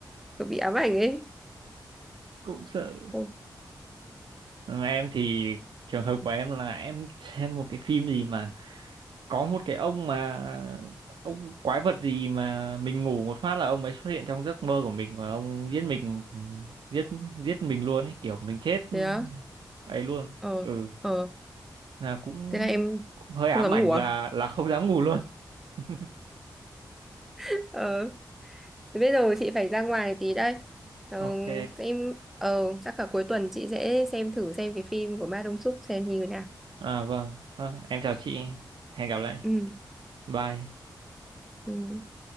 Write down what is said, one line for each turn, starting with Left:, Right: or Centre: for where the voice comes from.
Centre: bị ám ảnh ấy.
Right: cũng sợ
Centre: Ừ.
Right: Ừ, em thì trường hợp của em là em xem một cái phim gì mà có một cái ông mà ông quái vật gì mà mình ngủ một phát là ông ấy xuất hiện trong giấc mơ của mình và ông giết mình ừ, giết giết mình luôn ấy kiểu mình chết
Centre: Ừ.
Right: ấy luôn
Centre: ờ
Right: ừ
Centre: ờ
Right: là cũng,
Centre: thế là em
Right: cũng hơi
Centre: không
Right: ám
Centre: dám
Right: ảnh
Centre: ngủ
Right: là
Centre: à
Right: là không dám ngủ luôn <laughs>
Centre: <laughs> ờ thế bây giờ chị phải ra ngoài tí đây ờ,
Right: ok
Centre: em ờ chắc cả cuối tuần chị sẽ xem thử xem cái phim của Ma Đông Súc xem như thế nào
Right: À vâng, Ờ, em chào chị, hẹn gặp lại.
Centre: ừ
Right: Bye.
Centre: ừ